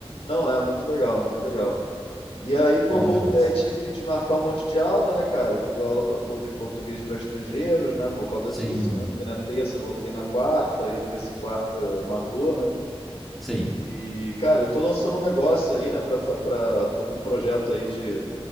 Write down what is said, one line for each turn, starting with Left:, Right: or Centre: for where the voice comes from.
Left: Não, é muito legal, muito legal. E aí, pô,
Centre: Nó,
Left: voltei,
Centre: que massa.
Left: aí tive que desmarcar um monte de aula, né, cara? Que eu dou aula pra, po- de português para estrangeiros, né? Por causa
Centre: Sim,
Left: disso, né? Fui na terça, voltei na quarta, e terça e quarta matou, né?
Centre: sim,
Left: E, cara, eu tô lançando um negócio aí, né? Pra, fa- pra, tô com um projeto aí de